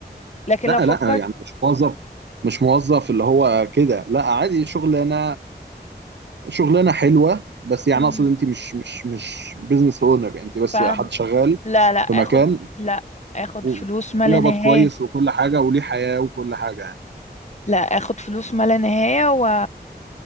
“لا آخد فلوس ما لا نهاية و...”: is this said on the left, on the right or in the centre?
Left